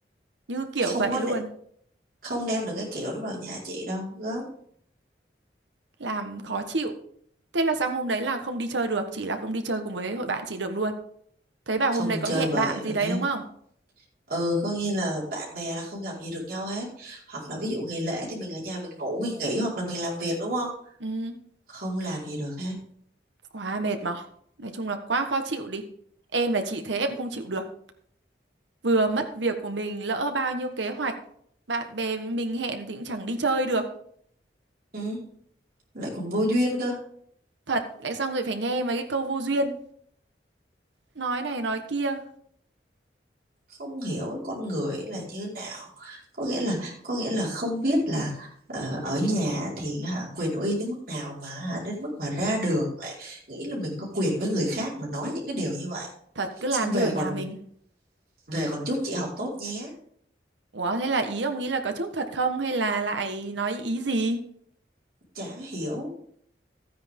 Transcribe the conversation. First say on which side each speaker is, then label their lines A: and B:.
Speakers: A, on the right; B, on the right.
A: như kiểu
B: không
A: vậy
B: có
A: luôn
B: để, không đem được cái kiểu đó vào nhà chị đâu gớm
A: làm khó chịu thế là sang hôm đấy là không đi chơi được chị là không đi chơi cùng với hội bạn chị được luôn thấy bảo hôm
B: không
A: đấy có
B: chơi
A: hẹn
B: bời
A: bạn gì
B: được
A: đấy
B: hết
A: đúng không
B: ừ có nghĩa là bạn bè là không gặp gì được nhau hết hoặc là ví dụ ngày lễ thì mình ở nhà mình ngủ mình nghỉ hoặc là mình làm việc đúng không
A: ừ
B: không làm gì được hết
A: quá mệt mỏi nói chung là quá khó chịu đi em là chị thế em không chịu được vừa mất việc của mình lỡ bao nhiêu kế hoạch bạn bè với mình hẹn thì cũng chẳng đi chơi được
B: ừ. lại còn vô duyên cơ
A: thật lại xong rồi phải nghe mấy cái câu vô duyên nói này nói kia
B: không hiểu cái con người ấy là như thế nào có nghĩa là có nghĩa là không biết là ờ, ở nhà thì hả, quyền uy đến mức nào mà hả, đến mức mà ra đường lại nghĩ là mình có quyền với người khác mà nói những cái điều như vậy
A: Thật cứ làm
B: xong về
A: như ở nhà
B: còn
A: mình.
B: về còn chúc chị học tốt nhé
A: Ủa thế là ý ông nghĩ là có chúc thật không hay là lại nói ý gì?
B: chả hiểu